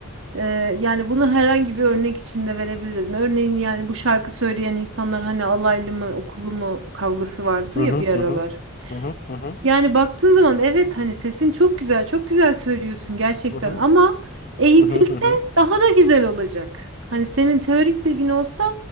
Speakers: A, on the right (about 60°); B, on the left (about 40°).
A: Ee, yani bunu herhangi bir örnek içinde verebiliriz mi? Örneğin yani bu şarkı söyleyen insanlar hani alaylı mı, okullu mu kavgası vardı
B: Hı
A: ya
B: hı.
A: bir aralar.
B: Hı hı. Hı hı. Hı hı.
A: Yani baktığın zaman evet hani sesin çok güzel, çok güzel söylüyorsun gerçekten
B: Hı hı.
A: ama eğitilse
B: Hı hı. Hı hı.
A: daha da güzel olacak. Hani senin teorik bilgin olsa